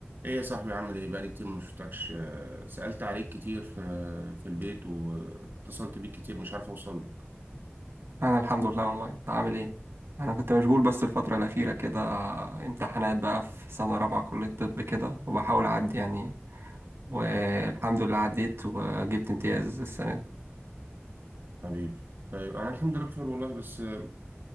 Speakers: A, on the right; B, on the right.
A: ايه يا صاحبي عامل ايه بقالي كتير ما شفتكش آه، سألت عليك كتير في في البيت واتصلت بيك كتير مش عارف اوصل لك
B: انا الحمد لله اونلاين انت عامل ايه انا كنت مشغول بس الفتره الاخيره كده امتحانات بقى في سنه رابعه كليه طب كده وبحاول اعدي يعني والحمد لله عديت وجبت امتياز السنه دي
A: حبيبي طيب انا الحمد لله بخير والله بس آه،